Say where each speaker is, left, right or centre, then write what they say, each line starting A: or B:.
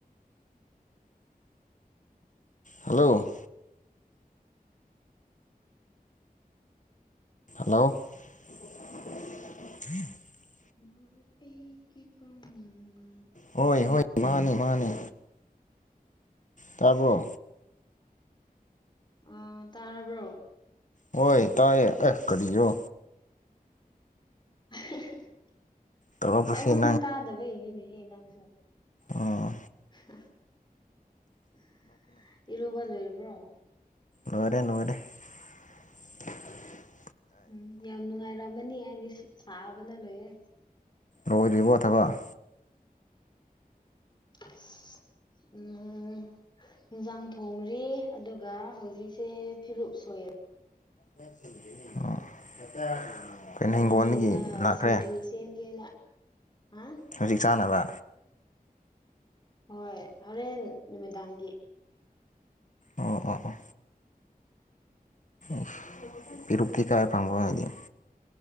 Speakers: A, on the left (about 55°); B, on the left (about 30°).
A: ꯍꯜꯂꯣ ꯍꯜꯂꯣ <unintelligible>
B: ꯑꯣ ꯑꯩꯒꯤ ꯄꯥꯃꯨꯕ
A: ꯍꯣꯏ ꯍꯣꯏ ꯃꯥꯅꯤ ꯃꯥꯅꯤ ꯇꯥꯕ꯭ꯔꯣ
B: ꯑꯥ ꯇꯥꯔꯕ꯭ꯔꯣ
A: ꯍꯣꯏ ꯇꯥꯏꯌꯦ ꯑꯦ ꯀꯔꯤꯔꯣ
B: <unintelligible>
A: ꯇꯧꯔꯛꯄꯁꯤ
B: ꯑꯩꯉꯣꯟꯗ ꯇꯥꯗꯕꯩꯅꯤꯅꯦ ꯍꯦ ꯅꯪ
A: ꯑꯥ
B: <unintelligible> ꯏꯔꯨꯕ ꯂꯣꯏꯔꯕ꯭ꯔꯣ
A: ꯂꯣꯢꯔꯦ ꯂꯣꯢꯔꯦ <unintelligible>
B: ꯎꯝ ꯌꯥꯝ ꯅꯨꯡꯉꯥꯏꯔꯝꯃꯅꯤ ꯑꯩꯗꯤ ꯁꯥꯕꯅ ꯂꯣꯏꯔꯦ
A: ꯂꯣꯏꯗ꯭ꯔꯤꯕꯣ ꯊꯕꯛ
B: ꯑꯁ ꯎꯝ ꯍꯤꯟꯁꯥꯡ ꯊꯣꯡꯔꯤ ꯑꯗꯨꯒ ꯍꯧꯖꯤꯛꯁꯦ ꯐꯤꯔꯨꯞ ꯁꯣꯏ
A: <unintelligible> ꯍꯤꯡꯒꯣꯜꯗꯒꯤ
B: ꯃꯤꯃꯤꯒ
A: ꯂꯥꯛꯈ꯭ꯔꯦ
B: ꯁꯤꯡꯖꯨ ꯁꯦꯝꯒꯦꯅ ꯍꯥ
A: ꯍꯧꯖꯤꯛ ꯆꯥꯅꯕ
B: ꯍꯣꯏ ꯍꯣꯔꯦꯟ ꯅꯨꯃꯤꯗꯥꯡꯒꯤ
A: ꯑꯣ ꯑꯥ ꯑꯥ ꯎꯁ ꯄꯤꯔꯨꯛꯇꯤ ꯀꯥꯢꯗ <unintelligible>